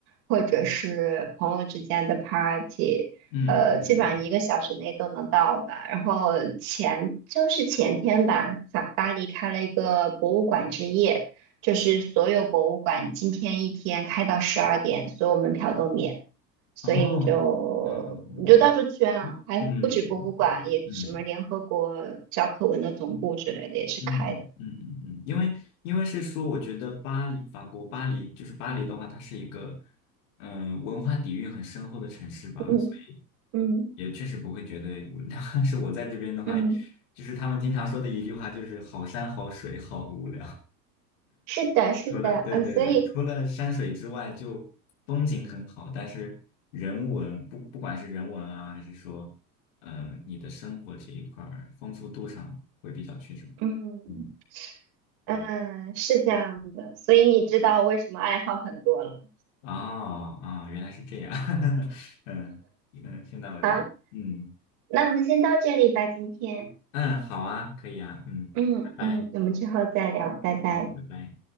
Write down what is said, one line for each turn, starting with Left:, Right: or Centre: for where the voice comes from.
Right: 或者是朋友之间的 party，
Left: 嗯嗯嗯
Right: 呃，基本上一个小时内都能到吧。然后前就是前天吧，法巴黎开了一个博物馆之夜，就是所有博物馆今天一天开到十二点，所有门票都免。所以你就你就到处去啊，
Left: 嗯，哦，嗯嗯嗯嗯嗯嗯嗯嗯。
Right: 还不止博物馆，也什么联合国教科文的总部之类的也是开的。
Left: 嗯嗯嗯嗯嗯，因为因为是说，我觉得巴黎，法国巴黎就是巴黎的话，它是一个嗯、呃文化底蕴很深厚的城市吧，
Right: 嗯
Left: 所以
Right: 嗯
Left: 也确实不会觉得无聊。<laughs> 但是我在这边的话，
Right: 嗯，
Left: 就是他们经常说的一句话，就是好山好水好无聊。
Right: 是的，是的，
Left: 除了对对对，
Right: 呃，所以
Left: 除了山水之外，就风景很好，但是人文不不管是人文啊，还是说呃你的生活这一块儿丰富度上会比较缺少。
Right: 嗯
Left: 嗯
Right: 嗯是这样的，
Left: 嗯。嗯
Right: 所以你知道为什么爱好很多了。
Left: 哦哦，原来是这样，<laughs> 嗯嗯，嗯现在我知，
Right: 好，
Left: 嗯
Right: 那我们先到这里吧，今天，
Left: 嗯，好啊，可以啊，嗯，
Right: 嗯嗯，
Left: 拜拜，
Right: 我们之后再聊，拜拜。
Left: 嗯，拜拜。